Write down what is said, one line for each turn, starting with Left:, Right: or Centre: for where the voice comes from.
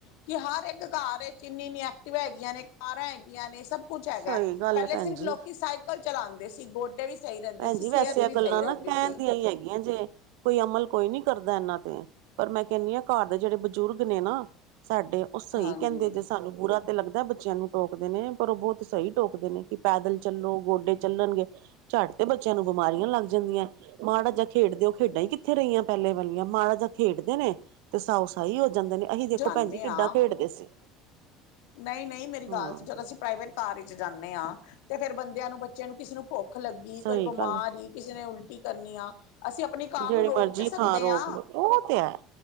Left: ਕਿ ਹਰ ਇੱਕ ਘਰ ਵਿੱਚ ਇੰਨੀ -ਇੰਨੀ ਐਕਟਿਵਾ ਹੈਗੀਆਂ ਨੇ, ਕਾਰਾਂ ਹੈਗੀਆਂ ਨੇ ਸਭ ਕੁਛ ਹੈਗਾ,
Right: ਸਹੀ ਗੱਲ
Left: ਪਹਿਲੇ
Right: ਹੈ ਭੈਣ
Left: ਸਿਰਫ
Right: ਜੀ
Left: ਲੋਕੀ ਸਾਈਕਲ ਚਲਾਉਂਦੇ ਸੀ ਗੋਡੇ ਵੀ ਸਹੀ ਰਹਿੰਦੇ
Right: ਭੈਣਜੀ
Left: ਸੀ ਸਿਹਤ
Right: ਵੈਸੇ
Left: ਵੀ
Right: ਇਹ ਗੱਲਾਂ
Left: ਸਹੀ ਰਹਿੰਦੀ
Right: ਨਾ ਕਹਿਣ
Left: ਸੀ
Right: ਦੀਆਂ ਹੀ ਹੈਗੀਆਂ ਜੇ। ਕੋਈ ਅਮਲ ਕੋਈ ਨੀ ਕਰਦਾ ਇਹਨਾਂ ਤੇ। ਪਰ ਮੈਂ ਕਹਿੰਦੀ ਹਾਂ ਘਰ ਦੇ ਜਿਹੜੇ ਬਜ਼ੁਰਗ ਨੇ ਨਾ ਸਾਡੇ ਉਹ ਸਹੀ
Left: ਹਾਂਜੀ
Right: ਕਹਿੰਦੇ ਜ ਸੀ। ਸਾਨੂੰ ਬੁਰਾ ਤੇ ਲੱਗਦਾ ਬੱਚਿਆਂ ਨੂੰ ਟੋਕਦੇ ਨੇ। ਪਰ ਉਹ ਬਹੁਤ ਸਹੀ ਟੋਕਦੇ ਨੇ ਕਿ ਪੈਦਲ ਚੱਲੋ। ਗੋਡੇ ਚੱਲਣਗੇ ਝੱਟ ਤੇ ਬੱਚਿਆਂ ਨੂੰ ਬਿਮਾਰੀਆਂ ਲੱਗ ਜਾਂਦੀਆਂ ਆ। ਮਾੜਾ ਜ ਖੇਡਦੇ ਨੇ ਉਹ ਖੇਡਾਂ ਹੀ ਕਿੱਥੇ ਰਹੀਆਂ ਪਹਿਲੇ ਵਾਲੀਆਂ। ਮਾੜਾ ਜਾ ਖੇਡਦੇ ਨੇ ਤੇ ਸਾਊ -ਸਾਹੀ ਹੋ ਜਾਂਦੇ ਨੇ। ਅਸੀਂ ਦੇਖੋ
Left: ਜਾਂਦੇ
Right: ਭੈਣਜੀ ਕਿੱਡਾ
Left: ਹਾਂ
Right: ਖੇਡਦੇ ਸੀ।
Left: ਨਹੀਂ- ਨਹੀਂ ਮੇਰੀ
Right: ਹਾਂ
Left: ਗੱਲ ਸੁਣੋ। ਜਦੋਂ ਅਸੀਂ ਪ੍ਰਾਈਵੇਟ ਕਾਰ 'ਚ ਜਾਂਮੇਰੀ ਆ। ਤੇ ਫਿਰ ਬੰਦਿਆਂ ਨੂੰ ਬੱਚੇ ਨੂੰ ਕਿਸੇ ਨੂੰ ਭੁੱਖ ਲੱਗੀ
Right: ਸਹੀ
Left: ਕੋਈ ਬਿਮਾਰ
Right: ਗੱਲ
Left: ਹੀ ਕਿਸੇ ਨੇ ਉਲਟੀ ਕਰਨੀ ਆ। ਅਸੀਂ ਅਸੀਂ ਆਪਣੀ ਕਾਰ
Right: ਜਿਹੜੀ
Left: ਨੂੰ ਰੋਕ
Right: ਮਰਜ਼ੀ
Left: ਤੇ ਸਕਦੇ
Right: ਥਾਂ ਰੋਕ
Left: ਆ।
Right: ਲਓ ਉਹ ਤੇ ਹੈ